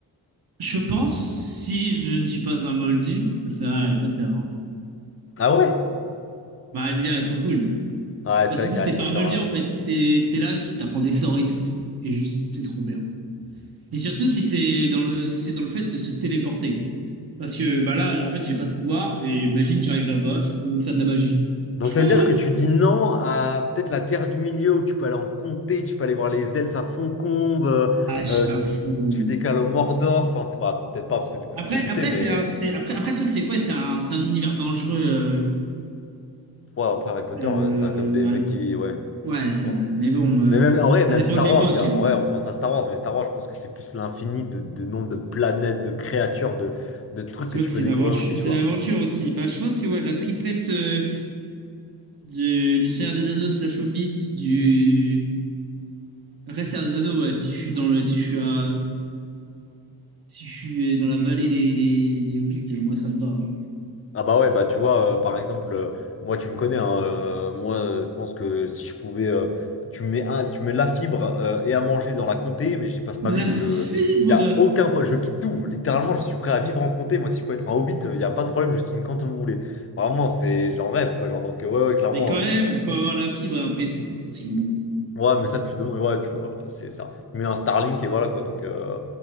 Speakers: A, on the right; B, on the left.
A: je pense, si je ne suis pas un moldu, que ça sert à Harry Potter. en vrai.
B: Ah ouais?
A: Bah, l'univers est trop cool.
B: Ouais, c'est
A: Enfin, surtout
B: vrai qu'Harry
A: si t'es pas
B: Potter.
A: un moldu,
B: hein.
A: en fait. T'es, t'es là, tu t'apprends des sorts et tout. Et juste, c'est trop bien. Et surtout si c'est dans le, si c'est dans le fait de se téléporter. Parce que, bah là, j'ai- en fait, j'ai pas de pouvoir. Et imagine, j'arrive là-bas, je peux faire de la magie.
B: Donc
A: Je suis
B: ça
A: trop
B: veut
A: heureux.
B: dire que tu dis non à peut-être la Terre du Milieu où tu peux aller en comté, tu peux aller voir les elfes à Foncombe, euh,
A: Ah, j'avoue.
B: euh, tu décales au Mordor, enfin, c'est pas, peut-être pas parce que du coup
A: Après,
B: tu te fais buter,
A: après,
B: mais.
A: c'est un, c'est, après, après, le truc, c'est quoi? C'est un, c'est un univers dangereux. euh,
B: Ouais, après Harry Potter,
A: euh,
B: euh, t'as comme des mecs qui. Ouais. je
A: ouais, c'est
B: pense.
A: vrai. Mais bon, euh,
B: Mais même, en vrai,
A: ça
B: même
A: dépend
B: Star
A: de l'époque.
B: Wars, gars. En vrai, on pense à Star Wars, mais Star Wars, je pense que c'est plus l'infini de, de nombre de planètes, de créatures, de, de trucs
A: C'est
B: que
A: vrai
B: tu
A: que
B: peux
A: c'est
B: découvrir
A: l'aventure,
B: aussi, tu
A: c'est
B: vois.
A: l'aventure aussi. Bah, je pense que ouais, la triplette euh, de- du Seigneur des Anneaux slash Hobbit, du Après, Seigneur des Anneaux, ouais, si je suis dans le, si je suis à, si je suis dans la vallée des, des, des Hobbits, euh, moi ça me va. hein.
B: Ah bah ouais, bah tu vois, euh, par exemple, euh, moi, tu me connais, hein, euh, moi, euh, je pense que si je pouvais. euh, tu me mets un, tu me mets la fibre euh, et à manger dans la comté, mais j'y passe
A: La
B: ma vie. Je,
A: fibre!
B: y a aucun, pro- je quitte tout. Littéralement, je suis prêt à vivre en comté. Moi, si je peux être un hobbit, il n'y a pas de problème, je signe quand vous voulez. Vraiment, c'est, j'en rêve, quoi. Genre, donc, euh, ouais, ouais, clairement.
A: Mais quand même, faut avoir la fibre et un PC, parce que bon.
B: Ouais, mais ça, tu demandes, ouais, tu vois, ouais, c'est ça. Mais un Starlink, et voilà, quoi. Donc, euh,